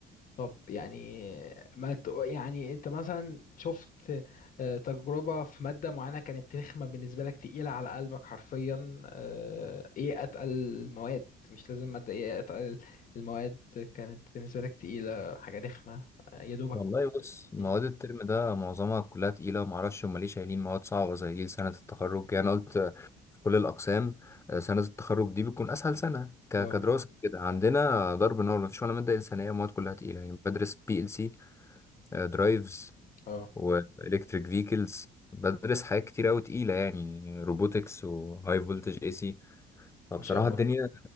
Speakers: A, on the left (about 50°); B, on the left (about 15°).
A: طب يعني ما ت- يعني انت مثلا شفت آه، تجربة في مادة معينة كانت رخمة بالنسبة لك تقيلة على قلبك حرفيا آه، ايه اتقل المواد مش لازم مادة ايه اتقل المواد كانت بالنسبة لك تقيلة حاجة رخمة آه، يا دوبك
B: والله بص مواد
A: مم.
B: الترم ده معظمها كلها تقيله ومعرفش هما ليه شايلين مواد صعبه زي دي سنه التخرج يعني أنا قلت في كل الأقسام آه، سنة التخرج دي بتكون أسهل سنة ك-
A: اه
B: كدراسة كده عندنا ضرب نار مفيش ولا مادة إنسانية مواد كلها تقيلة يعني بدرس بي ال سي درايفز
A: اه
B: وإلكتريك فيكلز بدرس حاجات كتير أوي تقيلة يعني روبوتكس وهاي فولتج اي سي فبصراحة
A: ما شاء الله
B: الدنيا